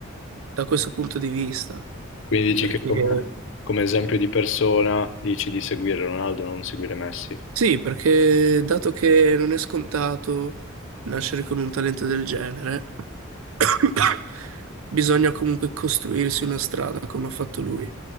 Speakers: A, on the right; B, on the left.
A: da questo punto di vista,
B: Quindi dici
A: perché
B: che come, come esempio di persona dici di seguire Ronaldo, non seguire Messi.
A: Sì, perché dato che non è scontato nascere con un talento del genere, <coughs> bisogna comunque costruirsi una strada come ha fatto lui.